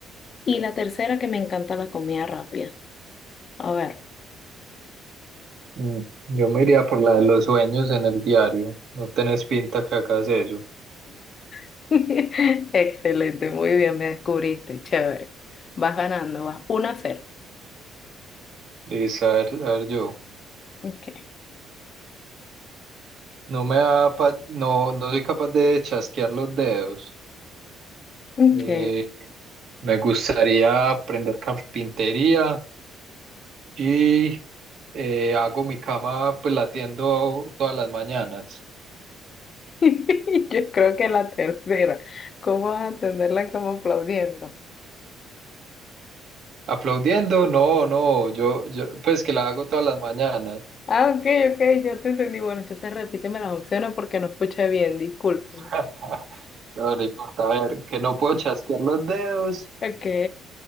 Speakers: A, on the left (about 45°); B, on the right (about 65°).
A: Y la tercera, que me encanta la comida rápida. A ver.
B: Mm, Yo me iría por la de los sueños en el diario. No tenés pinta que hagas eso.
A: <laughs> Excelente, muy bien, me descubriste. Chévere. Vas ganando, vas una a cero.
B: Listo, a ver, a ver yo.
A: Ok,
B: No me da pa- no, no soy capaz de chasquear los dedos.
A: ok.
B: Eh, me gustaría aprender carpintería. y eh, hago mi cama pues latiendo todas las mañanas.
A: <laughs> Yo creo que la tercera. ¿Cómo vas a atenderla como aplaudiendo?
B: Aplaudiendo, no, no, yo, yo pues que la hago todas las mañanas.
A: Ah, ok, ok, ya te entendí. Bueno, entonces repíteme las opciones porque no escuché bien, disculpen.
B: <laughs> No, no importa, a ver, que no puedo chasquear los dedos,
A: Ok.